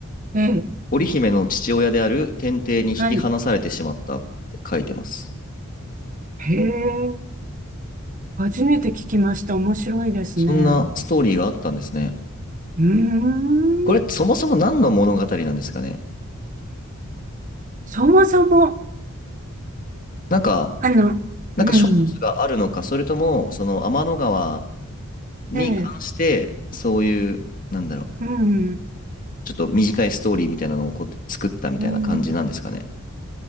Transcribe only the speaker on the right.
ええ、
はい。へえ、初めて聞きました。面白いですね。
うーん。
そもそも、
あの、
うん、
ええ、
うん、
うん。